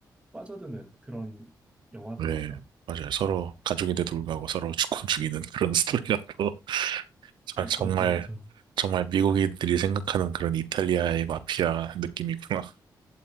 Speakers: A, on the right; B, on the right.
A: 빠져드는 그런 영화더라고요.
B: 네, 맞아요. 서로 가족인데 돌구하고 서로 <laughs> 죽고 죽이는 그런 <laughs> 스토리라고. 아, 정말,
A: <laughs> 맞죠, 맞죠.
B: 정말 미국인들이 생각하는 그런 이탈리아의 마피아 느낌이구나. <laughs>